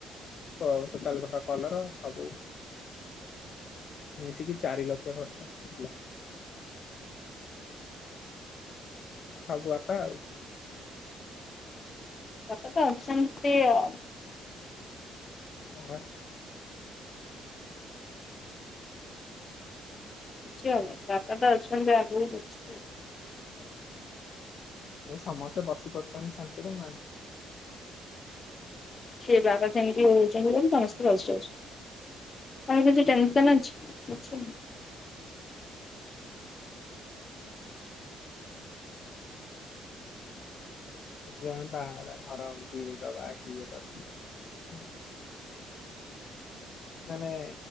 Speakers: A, on the left; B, on the left.
A: ହଉ ଟୋଟାଲ ଘର କଲର ସବୁ।
B: <inaudible>
A: ମିଶିକି ଚାରି ଲକ୍ଷ୍ୟ ଖର୍ଚ୍ଚ। ହେଲା ସବୁ ବାପା ଆଉ।
B: ବାପାତ ଅଛନ୍ତି ଆଉ।
A: <unintelligible>
B: ବୁଝିଗଲି ବାପାତ ଅଛନ୍ତି ଆଗକୁ
A: ମୁଁ କହିଲି ସମସ୍ତେ ବସିପାରୁଛନ୍ତି ଶାନ୍ତିରେ ନା।
B: ସେ ବାପା କେମିତି ହଉଛନ୍ତି ବୋଲି ତମେ ସବୁ ବସିଯାଉଛ। ତମର କିଛି ଟେନସନ୍ ଅଛି, କିଛି ନାହିଁ।
A: <unintelligible> ମାନେ